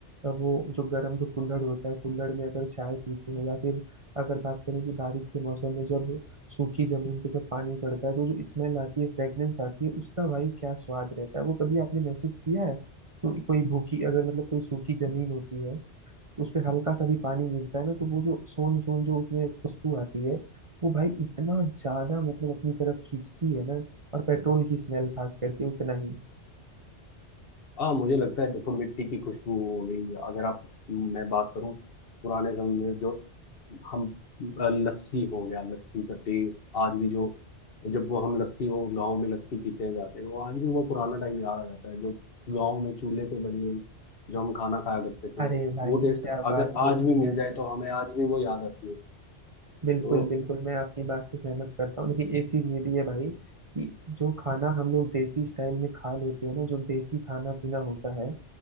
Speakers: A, on the right; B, on the left.
A: अ, वो जो गर्म जो कुल्हड़ होता है कुल्हड़ में अगर चाय पीते हैं या फिर अगर बात करें कि बारिश के मौसम में जब सूखी जमीन पे जब पानी पड़ता है तो जो स्मेल आती है फ्रेग्रेंस आती है उसका भाई क्या स्वाद रहता है वो कभी आपने महसूस किया है तो कोई भूखी अगर मतलब कोई सूखी जमीन होती है उस पे हल्का सा भी पानी गिरता है ना तो वो जो सोन सोन जो उसमें खुशबू आती है वो भाई इतना ज्यादा मतलब अपनी तरफ खींचती है ना और पेट्रोल की स्मेल खास करके उतना ही
B: हाँ मुझे लगता है देखो मिट्टी की खुशबू हो गई अगर आप मैं बात करूं पुराने समय में जो हम अ, लस्सी हो गया लस्सी का टेस्ट आज भी जो जब वो हम लस्सी वो गांव में लस्सी पीते जाते हैं वो आज भी वो पुराना टाइम याद आ जाता है जो गांव में चूल्हे पे बनी हुई जो हम खाना खाया करते थे
A: अरे भाई
B: वो टेस्ट
A: क्या
B: अगर
A: बात बोल
B: आज भी
A: दी
B: मिल
A: आपने
B: जाए तो हमें आज भी वो याद आती है
A: बिल्कुल
B: तो
A: बिल्कुल मैं आपकी बात से सहमत करता हूँ लेकिन एक चीज ये भी है भाई कि जो खाना हम लोग देसी स्टाइल में खा लेते हैं ना जो देसी खाना पीना होता है